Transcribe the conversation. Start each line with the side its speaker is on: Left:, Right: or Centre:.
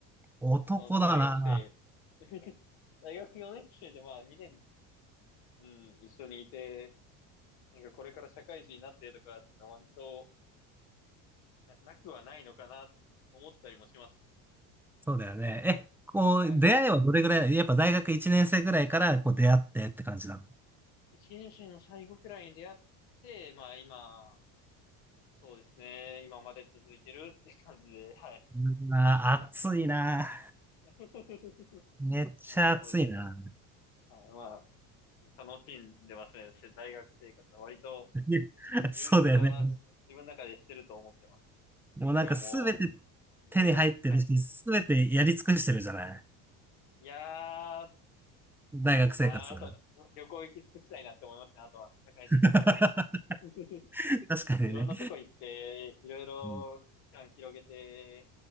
Centre: 男だな。
Left: その大学生、<laughs> 大学4年生でまあ2年、うん、一緒にいて、なんかこれから社会人になってとかだったら割とな、なくはないのかな、思ったりもしますね。
Centre: そうだよね。え、こう、
Left: はい。
Centre: 出会いはどれぐらいやっぱ大学1年生ぐらいから、こう、出会ってって感じなの。
Left: 1年生の最後くらいに出会って、まあ今、そうですね。今まで続いてるって感じで、はい。
Centre: うんあー、暑いな。
Left: <laughs>
Centre: めっちゃ暑いな。
Left: まあ、そうですね。はい。まあ、楽しんでますね。せ大学生活は割と
Centre: <laughs> そうだよね。
Left: 充実は自分の中でしてると思ってます、ね。
Centre: もうなんかすべて
Left: 勉強も
Centre: 手に入ってるし、
Left: いろいろ、はい。
Centre: すべてやり尽くしてるじゃない。
Left: いやー、
Centre: 大学生活。
Left: まあ、あと、旅行行き尽くしたいなって思いますね。あとは、社会人になるまでに。
Centre: <laughs>
Left: <laughs>
Centre: 確かにね。
Left: いろんなとこ行って、いろいろ期間広げて、
Centre: うん。